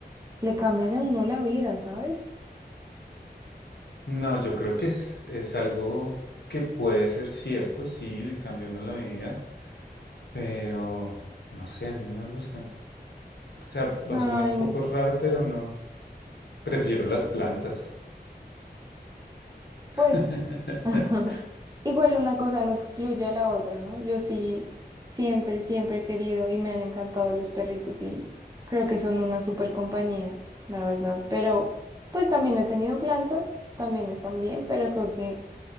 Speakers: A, on the right (about 20°); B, on the left (about 80°).
A: le cambian a uno la vida, ¿sabes?
B: No, yo creo que es, es algo que puede ser cierto, sí, le cambió no la vida, pero no sé, a mí no me gustan. O sea, va
A: Ay,
B: a sonar un poco raro, pero no, prefiero las plantas.
A: pues
B: <laughs>
A: <laughs> Igual una cosa no excluye a la otra, ¿no? Yo sí, siempre, siempre he querido y me han encantado los perritos y creo que son una súper compañía, la verdad. Pero pues también he tenido plantas, también están bien, pero creo que